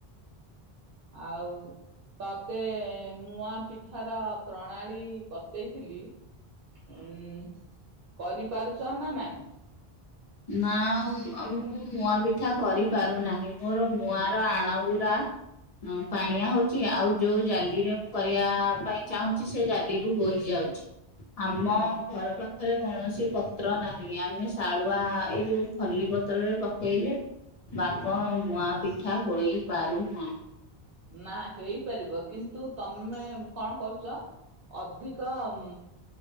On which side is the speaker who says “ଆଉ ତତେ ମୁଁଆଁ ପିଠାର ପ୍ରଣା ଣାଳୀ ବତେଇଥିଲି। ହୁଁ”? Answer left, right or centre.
Right